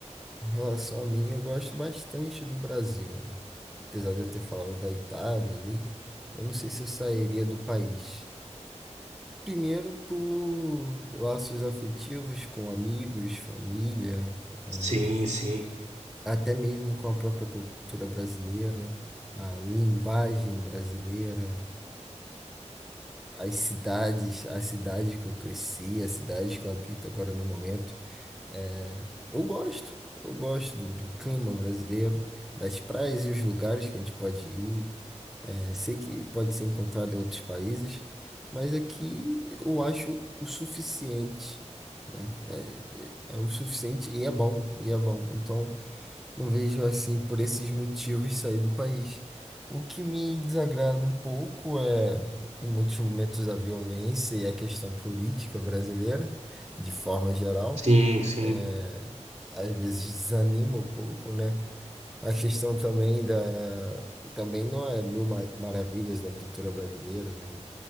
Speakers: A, in the centre; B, on the right (about 50°).
A: Em relação a mim, eu gosto bastante do Brasil, né? Apesar de eu ter falado da Itália ali, eu não sei se eu sairia do país. Primeiro por laços afetivos com amigos, família, ah,
B: Sim, sim.
A: até mesmo com a própria cultura brasileira, a linguagem brasileira, as cidades, a cidade que eu cresci, a cidade que eu habito agora no momento, é, eu gosto. Eu gosto do, do clima brasileiro, das praias e os lugares que a gente pode ir. É, sei que pode ser encontrado em outros países, mas aqui eu acho o suficiente. É, é é o suficiente e é bom, e é bom. Então, Não vejo assim por esses motivos sair do país. O que me desagrada um pouco é, em muitos momentos, a violência e a questão política brasileira, de forma geral,
B: Sim, sim.
A: é, às vezes desanima um pouco, né? A questão também da, também não é mil ma- maravilhas da cultura brasileira, né?